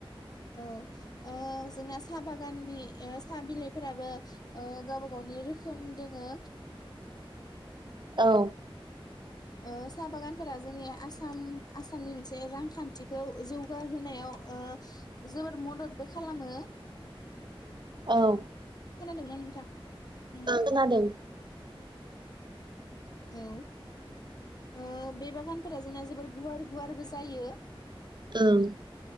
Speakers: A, on the left; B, on the right.
A: औ ओ जोंना साहा बागाननि साहा बिलाइफोराबो ओ गावबा गावनि रोखोम दोङो।
B: औ
A: ओ साहा बागानफोरा जोंनि आसाम आसामनि मोनसे रांखान्थिखौ जौगाहोनायाव ओ जोबोर मददबो खालामो।
B: ओं
A: खोनादोंना नोंथां उम
B: खोनादों
A: औ ओ बे बागानफोरा जोंना जोबोर गुवार गुवारबो जायो।
B: ओं